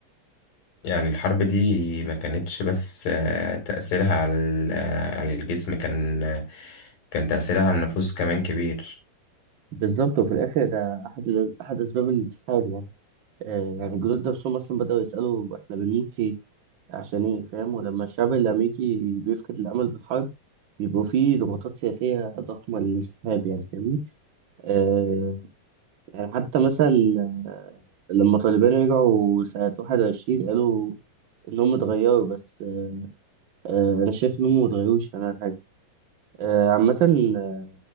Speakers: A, on the left; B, on the right.
A: يعني الحرب دي ما كانتش بس آه، تأثيرها على ال- آه، على الجسم كان آه، كان تأثيرها على النفوس كمان كبير
B: بالظبط وفي الاخر ده احد ال- احد اسباب الانسحاب يعني آه، يعني الجنود نفسهم اصلا بداوا يسالوا احنا بنموت ليه عشان ايه فاهم ولما الشعب الامريكي بيفقد الامل بالحرب بيبقوا فيه ضغوطات سياسيه ضخمه للانسحاب يعني فاهمني آه، يعني حتى مثلا آه، لما طالبان رجعوا سنة واحد وعشرين قالوا إنهم اتغيروا بس آه، أنا شايف إنهم متغيروش ولا حاجة آه، عامة آه،